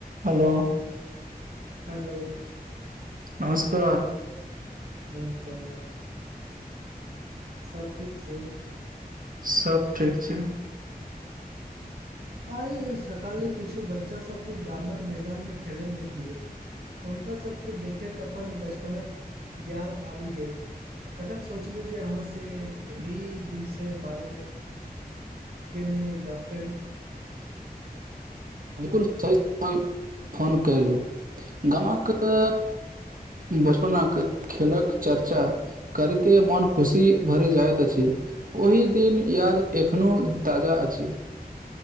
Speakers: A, on the right (about 60°); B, on the right (about 80°).
A: Hello
B: hello.
A: नमस्कार।
B: नमस्कार। सभ ठीक छय
A: सभ ठीक छै
B: <inaudible> आय सकाले किछु बच्चा सभके गाम कऽ मैला मे खेलैत देखलियइ हुनका सभके देखैत अपन बचपनकऽ याद आबि गेल तखन सोचलु जे अहाँ से एहि दिन से बारे मे केने गप करी।
A: बिल्कूल सही फोन कलु गाम कऽ बचपनक खेल कऽ चर्चा करि ते मन खुशी भरि जाइत अछि ओहि दिन याद ऐखनो ताजा अछि